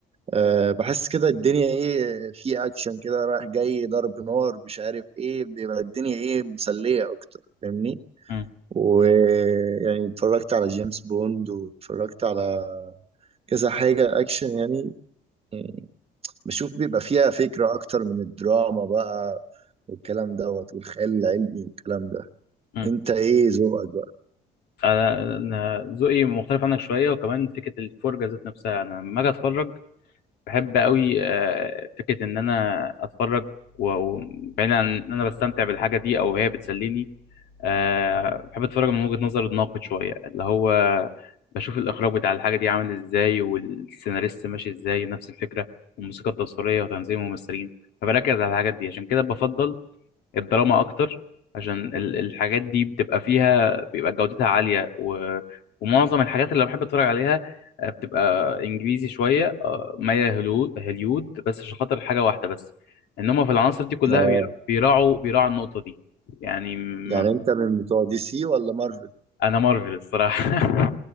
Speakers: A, on the right; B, on the left.
A: أه بحس كده الدنيا ايه في اكشن كده رايح جاي ضرب نار مش عارف ايه بيبقى الدنيا ايه مسلية اكتر فاهمني
B: م-
A: ويعني اتفرجت على جيمس بوند واتفرجت على كذا حاجة اكشن يعني يعني بشوف بيبقى فيها فكرة اكتر من الدراما بقى والكلام دوت والخيال العلمي والكلام ده
B: م-
A: انت ايه ذوقك بقى
B: انا أنا ذوقي مختلف عنك شويه وكمان فكره الفرجه ذات نفسها انا لما اجي اتفرج بحب قوي آه، فكره ان انا اتفرج و- وبعيد عن ان انا بستمتع بالحاجه دي او هي بتسليني آه، بحب اتفرج من وجهه نظر الناقد شويه اللي هو بشوف الاخراج بتاع الحاجه دي عامل ازاي والسيناريست ماشي ازاي نفس الفكره والموسيقى التصويريه وتنظيم الممثلين فبركز على الحاجات دي عشان كده بفضل الدراما اكتر عشان ال- الحاجات دي بتبقى فيها بيبقى جودتها عالية و... ومعظم الحاجات اللي بحب اتفرج عليها آه، بتبقى انجليزي شوية آه، مايلة هوليو- هوليود بس عشان خاطر حاجة واحدة بس ان هم في العناصر دي كلها
A: اه
B: بير- بيراعوا بيراعوا النقطة دي يعني م-
A: يعني انت من بتوع دي سي ولا مارفل
B: انا مارفل الصراحة <laughs>